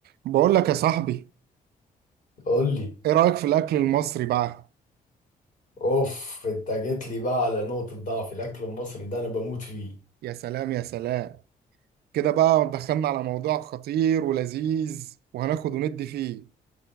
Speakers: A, on the right; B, on the left.
A: بقول لك يا صاحبي
B: قول لي
A: ايه رأيك في الاكل المصري بقى
B: اوف انت جيت لي بقى على نقطة ضعف الاكل المصري ده انا بموت فيه
A: يا سلام يا سلام كده بقى دخلنا على موضوع خطير ولذيذ وهناخد وندي فيه